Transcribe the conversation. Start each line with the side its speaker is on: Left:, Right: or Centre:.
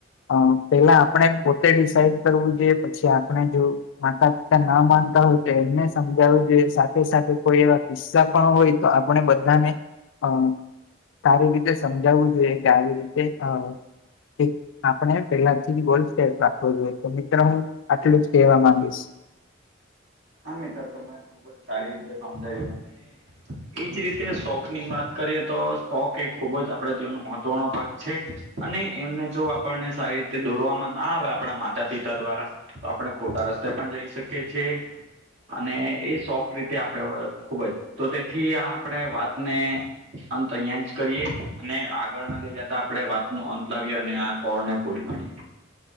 Left: અ પેલા આપણે પોતે ડિસાઈડ કરવું જોઈએ પછી આપણે જો. માતા પિતા ના માનતા હોય તો એમને સમજાવવું જોઈએ સાથે સાથે. કોઈ એવા કિસ્સા પણ હોય તો આપણે બધાને અ. સારી રીતે સમજાવવું જોઈએ કે આવી રીતે અ એક. આપણે પેલાથી <unintelligible> સેપ રાખવો જોઈએ. તો મિત્રો હું આટલું જ કેહેવા માંગીશ.
Right: હા મિત્ર તો મને ખુબ જ સારી રીતે સમજાવ્યું. એજ રીતે શોખ ની વાત કરીએ તો શોખ એ ખુબ જ આપડા જીવનનો મહત્વનો ભાગ છે. અને એમને જો આપણને સારી રીતે દોરવામાં ના આવે આપણા માતા પિતા દ્વારા. તો આપણે ખોટા રસ્તે પણ જઈ શકીએ છીએ અને એ શોખ રીતે આપણે ખૂબ જ તો તેથી આ આપણે વાતને અંત અહિયાં જ કરીએ અને આગળ ના લઇ જતા આપે વાત ન અંત લાવીએ અને આ <unintelligible> કરીએ